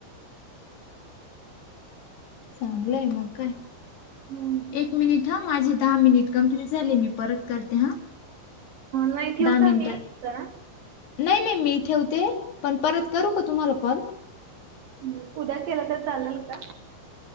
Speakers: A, on the left; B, on the right.
A: चांगलंय मंग कायं.
B: हम्मं
A: एक मिनिटं हां माझी दहा मिनिटं कंप्लीट झाली मी परंत करते हां.
B: नाही ठेवू
A: दहा
B: का
A: मिनिटं
B: मी जरा?
A: नाहीं नाहीं मी ठेवते पणं परंत करूं कां तुम्हांला कॉल?
B: हम्मं उद्यां केलां तरं चालेल कां?